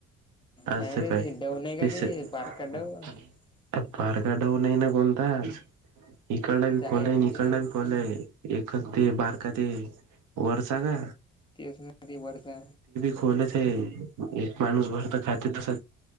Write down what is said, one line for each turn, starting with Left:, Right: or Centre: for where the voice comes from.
Right: अस
Left: नाही रे
Right: बाय
Left: ते डव नाही का
Right: तेस
Left: ते
Right: तर
Left: बारका डव त्याच्यात
Right: पार गाडाऊन आहे ना कोणताच इकडला
Left: तिथं
Right: बी खोला आहे
Left: ना
Right: इकडला
Left: ते
Right: बी खलय एक ते बारका ते वरचा ग
Left: ती असना ती वरता
Right: खोलत आहे एक माणूस भर तर खात तस